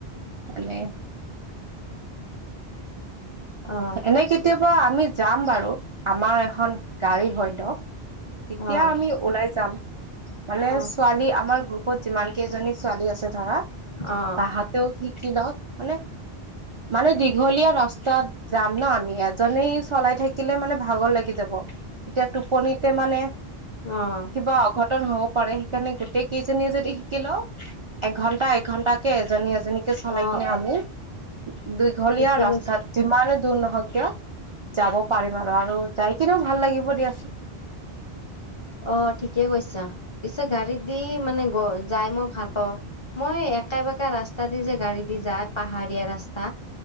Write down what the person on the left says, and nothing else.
অ'।
অ',
অ',
অ',
অ'।
অ',
অ',
ঠিকে
কৈছা।
অ, ঠিকে কৈছা, পিছে গাড়ীত দি মানে গ, যাই মই ভাল পাওঁ। মই একা, বেকা ৰাস্তা দি যে গাড়ী দি যায়, পাহাৰীয়া ৰাস্তা